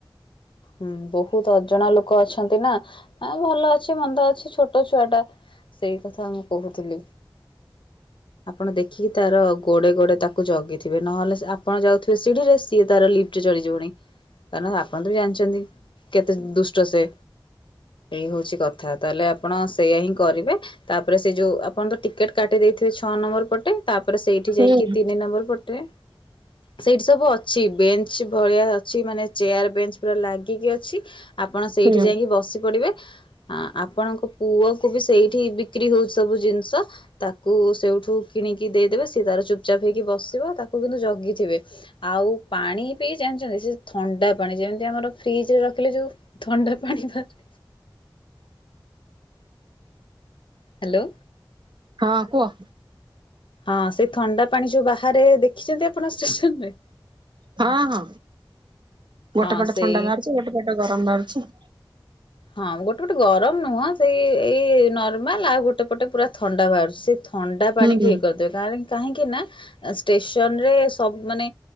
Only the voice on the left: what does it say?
ହୁଁ ବହୁତ ଅଜଣା ଲୋକ ଅଛନ୍ତି ନା। ଆ ଭଲ ଅଛି ମନ୍ଦ ଅଛି ଛୋଟ ଛୁଆ ଟା ସେଇ କଥା ମୁଁ କହୁଥିଲି।
ଆପଣ ଦେଖିକି ତାର ଗୋଡେ ଗୋଡେ ତାକୁ ଜଗିଥିବେ, ନହେଲେ ଆପଣ ଯାଉଥିବେ ସିଢି ରେ ସିଏ ତାର ଲିପ ଚଢି ଯିବଣି।
କାରଣ ଆପଣ ତ ବି ଜାଣିଛନ୍ତି କେତେ ଦୁଷ୍ଟ ସେ ଏଇ ହଉଛି କଥା। ତାହେଲେ ଆପଣ ସେଇଆ ହିଁ କରିବେ, ତାପରେ ସେ ଯୋଉ ଆପଣ ତ ଟିକେଟ୍ କାଟି ଦେଇଥିବେ ଛଅ ନମ୍ବର ପଟେ। ତାପରେ ସେଇଠି
ଯାଇକି ତିନି ନମ୍ବର ପଟେ ସେଇଠି ସବୁ ଅଛି ବେଞ୍ଚ ଭଳିଆ ଅଛି ମାନେ ଚେୟାର ବେଞ୍ଚ ପୁରା ଲାଗିକି ଅଛି। ଆପଣ ସେଇଠି
ଯାଇକି ବସି ପଡିବେ। ହଁ ଆପଣଙ୍କ ପୁଅ କ ବି ସେଇଠି ବିକ୍ରି ହଉଛି ସବୁ ଜିନିଷ। ତାକୁ ସେଉଠୁ କିଣିକି ଦେଇଦେବେ ସିଏ ତାର ଚୁପଚାପ ହେଇକି ବସିବ ତାକୁ କିନ୍ତୁ ଜଗିଥିବେ। ଆଉ ପାଣି ବିି ଜାଣିଛନ୍ତି ସେ ଥଣ୍ଡା ପାଣି ଯେମିତି ଆମର ଫ୍ରିଜ ରେ ରଖିଲେ ଯୋଉ ଥଣ୍ଡା ପାଣି ଥାଏ ହ୍ୟାଲୋ।
ହଁ ସେଇ ଥଣ୍ଡା ପାଣି ଯୋଉ ବାହାରେ ଦେଖିଛନ୍ତି ଆପଣ ଷ୍ଟେସନରେ।
ହଁ
ସେଇ
ହଁ ଗୋଟେ ପଟେ ଗରମ ନୁହଁ ସେଇ ଏଇ ନର୍ମାଲ ଆଉ ଗୋଟେ ପଟେ ପୁରା ଥଣ୍ଡା ବାହାରୁଛି ସେ ଥଣ୍ଡା ପାଣିକୁ
ଇଏ କରିଦେବେ କାହିଁକି ନା ଷ୍ଟେସନ ରେ ସବୁ ମାନେ